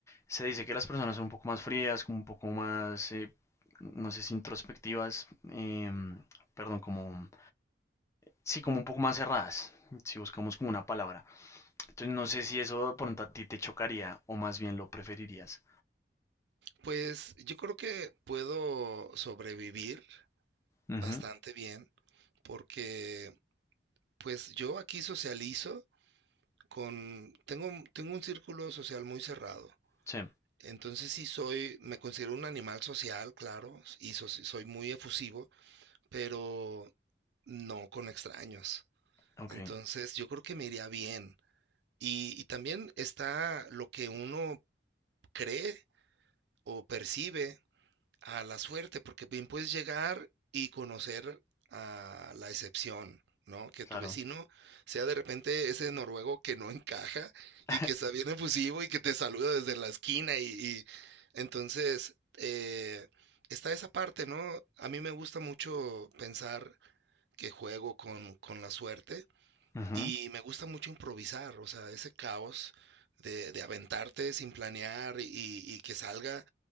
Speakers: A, on the left; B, on the right.
A: Se dice que las personas son un poco más frías, como un poco más, eh, no sé si introspectivas, em, perdón, como, sí, como un poco más cerradas, si buscamos como una palabra. Entonces no sé si eso de pronto a ti te chocaría o más bien lo preferirías.
B: Pues yo creo que puedo sobrevivir
A: Ujú,
B: bastante bien porque pues yo aquí socializo con, tengo, un- tengo un círculo social muy cerrado.
A: sí,
B: Entonces sí soy, me considero un animal social, claro, y so- soy muy efusivo, pero no con extraños.
A: ok,
B: Entonces yo creo que me iría bien. Y, y también está lo que uno cree o percibe a la suerte, porque bien puedes llegar y conocer a la excepción, ¿no? Que
A: claro.
B: tu vecino sea de repente ese noruego que no encaja y
A: <laughs>
B: que está bien efusivo y que te saluda desde la esquina y, y- entonces eh, está esa parte, ¿no? A mí me gusta mucho pensar que juego con, con la suerte
A: Ujú,
B: y me gusta mucho improvisar, o sea, ese caos de, de aventarte sin planear y, y que salga,